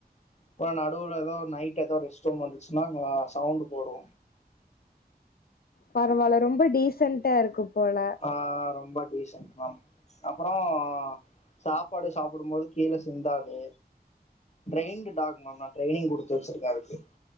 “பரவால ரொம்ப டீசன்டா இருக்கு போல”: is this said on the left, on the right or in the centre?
Left